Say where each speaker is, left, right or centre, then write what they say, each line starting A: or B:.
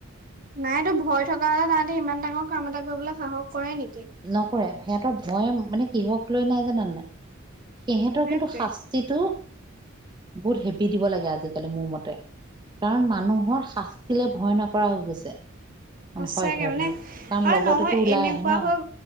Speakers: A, on the right; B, on the right.
A: নাইটো ভয় থকা হলে তাহাঁতি ইমান ডাঙৰ কাম এটা কৰিবলে সাহস কৰে নেকি
B: নকৰে সিহঁতৰ ভয় মানে কিহক লৈ জানানে নাই সিহঁতৰ
A: সেইটোৱে
B: কিন্তু শাস শাস্তিটো বহুত হেভি দিব লাগে আজিকালি মোৰ মতে কাৰণ মানুহৰ শাস্তিলে ভয় নকৰা হৈ গৈছে মানে
A: সচাকে
B: হয় হয়
A: মানে
B: হয় কাৰণ
A: আৰু
B: লগতেতো
A: নহয়
B: ওলাই
A: এনেকুৱা
B: আহে ন
A: হৈ